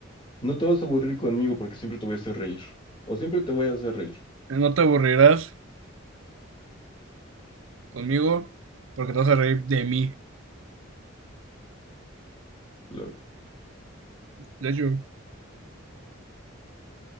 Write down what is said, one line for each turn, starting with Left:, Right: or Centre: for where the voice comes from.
Left: No te vas a aburrir conmigo porque siempre te voy a hacer reír. O siempre te voy a hacer reír.
Right: No te aburrirás conmigo porque te vas a reír de mí.
Left: Lol.
Right: De hecho,